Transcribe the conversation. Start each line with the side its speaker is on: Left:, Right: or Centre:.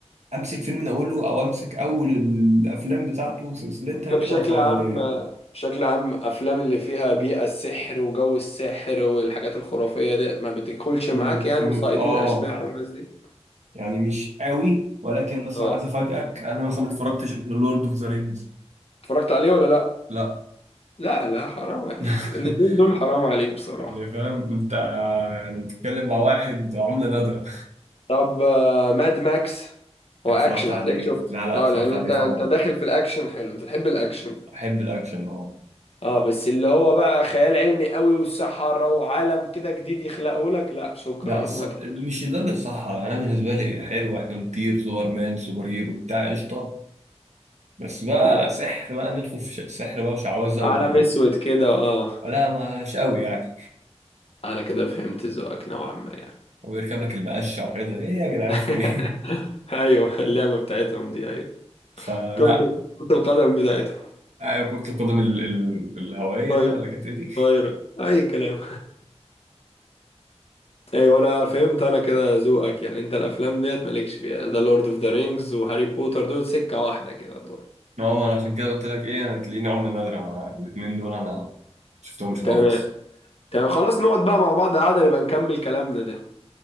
Right: امسك فيلم من اوله او امسك اول الافلام بتاعته وسلسلتها
Left: انت بشكل
Right: كده واتفرج
Left: عام
Right: عليها
Left: بشكل عام افلام اللي فيها بيئة السحر وجو السحر والحاجات الخرافية دي ما بتدخلش
Right: م-
Left: معاك يعني وصائدين
Right: م- اه
Left: الاشباح والناس دي
Right: يعني مش قوي ولكن مثلا
Left: اه
Right: عايز افاجئك انا مثلا ما اتفرجتش لورد اوف ذا رينجز
Left: اتفرجت عليه ولا لا
Right: لا
Left: لا لا حرام عليك
Right: <laughs>
Left: الاتنين دول حرام عليك بصراحة
Right: يعني فاهم انت آه، يعني بتتكلم مع واحد عملة نادرة
Left: طب آه، ماد ماكس
Right: اتفرجت
Left: هو اكشن
Right: عليه
Left: هتلاقيك شفته
Right: لا لا
Left: اه
Right: اتفرجت
Left: لان
Right: عليه
Left: انت
Right: طبعا
Left: انت داخل في الاكشن حلو انت تحب الاكشن
Right: احب الاكشن اه
Left: اه بس اللي هو بقى خيال علمي قوي والسحرة وعالم كده جديد يخلقه لك لا شكرا
Right: لا الص...
Left: ما تخش
Right: مش لدرجه الصحراء انا بالنسبه لي حلوه احنا نطير سوبر مان سوبر هيرو بتاع قشطه بس بقى
Left: بس
Right: سحر بقى ندخل في ش- سحر بقى وشعوذه
Left: عالم
Right: و...
Left: اسود كده اه
Right: لا مش قوي يعني
Left: انا كده فهمت ذوقك نوعا ما يعني
Right: ويركب لك المقشه وحاجات زي- ايه يا جدعان
Left: <laughs>
Right: في ايه
Left: ايوه اللعبة بتاعتهم دي ايوه
Right: <laughs> فلا
Left: كرة كرة القدم بتاعتهم
Right: آه، كرة القدم ال... ال... الهوائية
Left: طاير
Right: دي ولا كانت ايه دي؟
Left: طايرة اي كلام ايوه انا فهمت انا كده ذوقك يعني انت الافلام ديت مالكش فيها ذا لورد اوف ذا رينجز وهاري بوتر دول سكة واحدة كده دول
Right: نعم انا عشان كده قلت لك ايه انا تلاقيني عملة نادرة أنا الاتنين دول انا شفتهمش خالص
Left: تمام تمام خلاص نقعد بقى مع بعض قعدة نبقى نكمل كلامنا ده